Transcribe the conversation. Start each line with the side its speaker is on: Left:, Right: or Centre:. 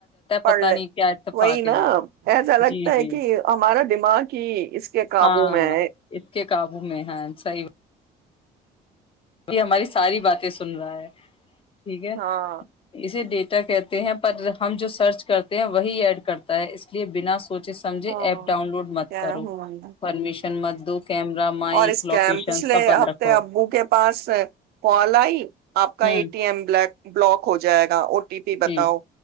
Right: پڑھ
Left: پتا
Right: لے
Left: نہیں کیا اتفاق
Right: وہی
Left: ہے
Right: نا
Left: یہ
Right: ایسا لگتا
Left: جی
Right: ہے
Left: جی
Right: کہ ہمارا دماغ ہی اس کے قابو
Left: ہاں
Right: میں ہے
Left: اس کے قابو میں ہیں صحیح ابھی ہماری ساری باتیں سن رہا ہے ٹھیک ہے
Right: ہاں
Left: اسے دیکھ کہتے ہیں پر ہم جو سرچ کرتے ہیں وہی ایڈ کرتا ہے اس لیے بنا سو سوچے سمجھے
Right: ہاں
Left: ایپ ڈاؤن لوڈ مت
Right: کیا
Left: کرو
Right: ہوں
Left: پرمیشن مت دو کیمرہ مائک
Right: اور اس کے
Left: لوکیشن
Right: پچھلے
Left: سب بند
Right: ہفتے
Left: رکھو
Right: ابو کے پاس پلائی آپ
Left: ہوں
Right: کا ا ٹی ایم بلیک <unintelligible> بلاوک ہو جائے گا اور ٹی پی بتاؤ
Left: جی